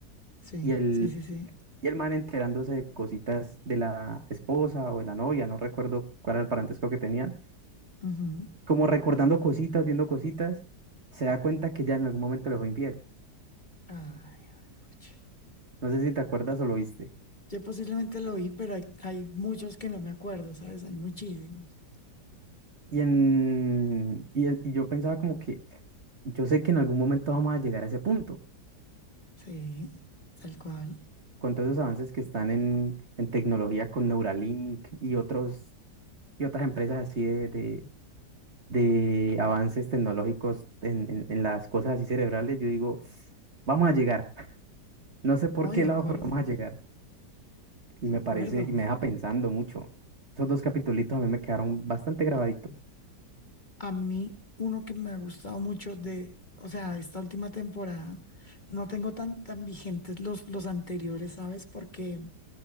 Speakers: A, on the left; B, on the right.
A: sí,
B: y el
A: sí, sí, sí.
B: Y el man enterándose de cositas de la esposa o de la novia, no recuerdo cuál era el parentesco que tenían,
A: Ujú.
B: como recordando cositas, viendo cositas, se da cuenta que ya en algún momento le fue infiel.
A: Ay, a ver, pucha.
B: No sé si te acuerdas o lo viste.
A: Yo posiblemente lo vi, pero hay, hay muchos que no me acuerdo, ¿sabes? Hay muchísimos.
B: Y, en, y, el- y yo pensaba como que yo sé que en algún momento vamos a llegar a ese punto,
A: Sí, tal cual.
B: con todos esos avances que están en, en tecnología con Neuralink y otros, y otras empresas así de, de, de avances tecnológicos en, en- en las cosas así cerebrales, yo digo, vamos a llegar. <laughs> No sé por
A: No,
B: qué
A: de acuerdo,
B: lado, <laughs> pero vamos a llegar. Y
A: de
B: me
A: acuerdo.
B: parece, y me deja pensando mucho. Esos dos capitulitos a mí me quedaron bastante grabaditos.
A: A mí, uno que me ha gustado mucho de, o sea, esta última temporada, no tengo tan, tan vigentes los, los anteriores, ¿sabes? Porque,